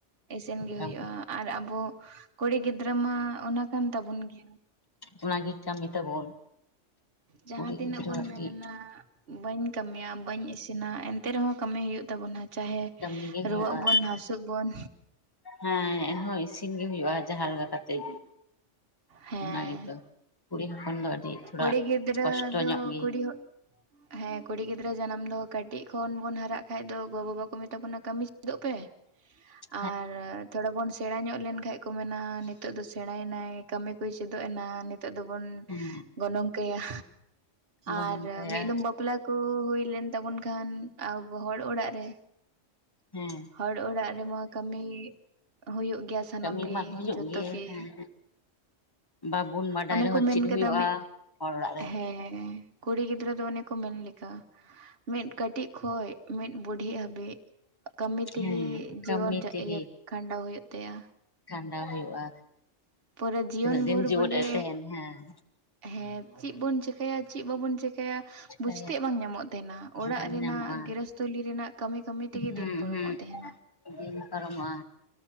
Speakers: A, on the right; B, on the left.
A: ᱤᱥᱤᱱ ᱜᱮ
B: ᱦᱮᱸ
A: ᱦᱩᱭᱩᱜᱼᱟ ᱟᱨ ᱟᱵᱚ ᱠᱩᱲᱤ ᱜᱤᱫᱽᱨᱟᱹ ᱢᱟ ᱚᱱᱟ ᱠᱟᱱ ᱛᱟᱵᱚᱱ ᱜᱮᱭᱟ
B: ᱚᱱᱟ ᱜᱮ ᱠᱟᱹᱴᱤ ᱛᱟᱵᱚᱱ
A: ᱡᱟᱦᱟᱸ
B: ᱠᱩᱲᱤ
A: ᱛᱤᱱᱟᱹᱜ
B: ᱜᱤᱫᱽᱨᱟᱹᱣᱟᱜ
A: ᱵᱩᱱ ᱢᱮᱱᱟ
B: ᱜᱮ
A: ᱵᱟᱹᱧ ᱠᱟᱹᱢᱤᱭᱟ ᱵᱟᱹᱧ ᱤᱥᱤᱱᱟ ᱮᱱ ᱮᱱᱛᱮ ᱨᱮᱦᱚᱸ ᱠᱟᱹᱢᱤ ᱦᱳᱭᱳᱜ ᱛᱟᱵᱚᱱᱟ ᱪᱟᱦᱮ
B: ᱠᱟᱹᱢᱤ ᱜᱮ ᱦᱩᱭᱩᱜᱼᱟ
A: ᱨᱩᱣᱟᱹᱜ ᱵᱚᱱ ᱦᱟᱹᱥᱩᱜ ᱵᱚᱱ
B: ᱦᱮᱸ ᱦᱚᱸ ᱤᱥᱤᱱ ᱜᱮ ᱦᱩᱭᱩᱜᱼᱟ ᱡᱟᱦᱟᱸ ᱞᱮᱠᱟ ᱠᱟᱛᱮ ᱜᱮ
A: ᱦᱮᱸ
B: ᱚᱱᱟ ᱜᱮᱛᱚ ᱠᱩᱲᱤ ᱦᱚᱯᱚᱱ ᱫᱚ ᱟᱹᱰᱤ ᱛᱷᱚᱲᱟ
A: ᱠᱩᱲᱤ ᱜᱤᱫᱽᱨᱟᱹ
B: ᱠᱚᱥᱴᱚ
A: ᱫᱚ
B: ᱧᱚᱜ ᱜᱮ
A: ᱠᱩᱲᱤ ᱦᱚ ᱦᱮᱸ ᱠᱩᱲᱤ ᱜᱤᱫᱽᱨᱟᱹ ᱡᱟᱱᱟᱢ ᱫᱚ ᱠᱟᱹᱴᱤᱡ ᱠᱷᱚᱱ ᱵᱚᱱ ᱦᱟᱨᱟᱜ ᱠᱷᱟᱱ ᱫᱚ ᱜᱚ ᱵᱟᱵᱟ ᱠᱚ ᱢᱮᱛᱟ ᱵᱚᱱᱟ ᱠᱟᱹᱢᱤ ᱪᱮᱫᱚᱜ ᱯᱮ
B: <inaudible>
A: ᱟᱨ ᱛᱷᱚᱲᱟ ᱵᱚᱱ ᱥᱮᱬᱟ ᱧᱚᱜ ᱞᱮᱱᱠᱷᱟᱡ ᱠᱚ ᱢᱮᱱᱟ ᱱᱤᱛᱚᱜ ᱫᱚ ᱥᱮᱬᱟᱭ ᱮᱱᱟᱭ ᱠᱟᱹᱢᱤ ᱠᱚᱭ ᱪᱮᱫᱚᱜ ᱮᱱᱟ ᱱᱤᱛᱚᱜ ᱫᱚᱵᱚᱱ
B: ᱦᱮᱸ
A: ᱜᱚᱱᱚᱝ ᱠᱟᱭᱟ
B: ᱜᱚᱱ
A: ᱟᱨ
B: ᱠᱟᱭᱟ
A: ᱢᱤᱫ ᱫᱚᱢ ᱵᱟᱯᱞᱟ ᱠᱚ ᱦᱩᱭ ᱞᱮᱱ ᱛᱟᱵᱚᱱ ᱠᱷᱟᱱ ᱟᱵᱚ ᱦᱚᱲ ᱚᱲᱟᱜ ᱨᱮ
B: ᱦᱮᱸ
A: ᱦᱚᱲ ᱚᱲᱟᱜ ᱨᱮᱢᱟ ᱠᱟᱹᱢᱤ ᱦᱩᱭᱳᱜ ᱜᱮᱭᱟ ᱥᱟᱱᱟᱢ
B: ᱠᱟᱹᱢᱤ
A: ᱜᱮ
B: ᱢᱟ ᱦᱩᱭᱩᱜ
A: ᱡᱚᱛᱚ ᱜᱮ
B: ᱦᱮᱸ ᱵᱟᱵᱚᱱ ᱵᱟᱰᱟᱭ
A: ᱚᱱᱮ
B: ᱨᱮᱦᱚᱸ
A: ᱠᱚ ᱢᱮᱱ
B: ᱪᱮᱫ ᱦᱩᱭᱩᱜᱼᱟ
A: ᱠᱮᱫᱟ ᱢᱤᱫ
B: ᱦᱚᱲ ᱚᱲᱟᱜ ᱨᱮ
A: ᱦᱮᱸ ᱠᱩᱲᱤ ᱜᱤᱫᱽᱨᱟᱹ ᱫᱚ ᱚᱱᱮ ᱠᱚ ᱢᱮᱱ ᱞᱮᱠᱟ ᱢᱤᱫ ᱠᱟᱹᱴᱤᱡ ᱠᱷᱚᱡ ᱢᱤᱫ ᱵᱩᱰᱷᱤ ᱦᱟᱹᱵᱤᱡ ᱠᱟᱹᱢᱤ ᱛᱮᱜᱮ
B: ᱦᱮᱸ ᱠᱟᱹᱢᱤ
A: ᱡᱤᱭᱚᱱ
B: ᱛᱮᱜᱮ
A: ᱤᱭᱟᱹ ᱠᱷᱟᱸᱰᱟᱣ ᱦᱩᱭᱩᱜ ᱛᱟᱭᱟ
B: ᱠᱷᱟᱸᱰᱟᱣ ᱦᱩᱭᱩᱜᱼᱟ
A: ᱯᱩᱨᱟᱹ ᱡᱤᱭᱚᱱ
B: ᱛᱤᱱᱟᱹᱜ ᱫᱤᱱ
A: ᱵᱷᱳᱨ
B: ᱡᱮᱣᱮᱫ
A: ᱵᱚᱞᱮ
B: ᱮ ᱛᱟᱦᱮᱱ ᱦᱮᱸ
A: ᱦᱮᱸ ᱪᱮᱫ ᱵᱚᱱ ᱪᱮᱠᱟᱹᱭᱟ ᱪᱮᱫ ᱵᱟᱵᱚᱱ ᱪᱮᱠᱟᱭᱟ
B: ᱪᱤᱠᱟᱹᱭᱟ
A: ᱵᱩᱡᱽᱛᱮ ᱵᱟᱝ ᱧᱟᱢᱚᱜ ᱛᱟᱦᱮᱱᱟ ᱚᱲᱟᱜ
B: ᱵᱟᱝ
A: ᱨᱮᱱᱟᱜ
B: ᱧᱟᱢᱚᱜᱼᱟ
A: ᱜᱮᱨᱮᱥᱛᱷᱚᱞᱤ ᱨᱮᱱᱟᱜ ᱠᱟᱹᱢᱤ ᱠᱟᱹᱢᱤ ᱛᱮᱜᱮ
B: ᱦᱩᱸ
A: ᱫᱤᱱ ᱯᱚᱨᱚᱢᱚᱜ
B: ᱦᱩᱸ
A: ᱛᱟᱦᱮᱱᱟ᱾
B: ᱫᱤᱱ ᱯᱟᱨᱚᱢᱚᱜ ᱟ